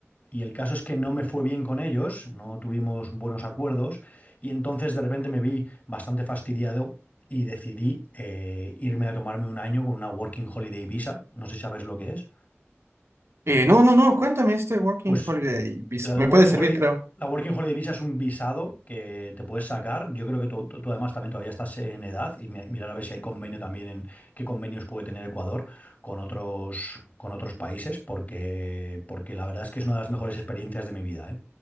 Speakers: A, on the left; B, on the right.
A: Y el caso es que no me fue bien con ellos, no tuvimos buenos acuerdos. Y entonces de repente me vi bastante fastidiado y decidí eh, irme a tomarme un año con una Working Holiday Visa. No sé si sabes lo que es.
B: Eh, no, no, no, cuéntame este Working
A: Pues
B: Holiday Visa.
A: la
B: Me
A: Working
B: puede servir,
A: Holiday,
B: creo.
A: la Working Holiday Visa es un visado que te puedes sacar. Yo creo que tú, tú- tú además también todavía estás en edad y mi- mirar a ver si hay convenio también en qué convenios puede tener Ecuador con otros, con otros países, porque, porque la verdad es que es una de las mejores experiencias de mi vida, ¿eh?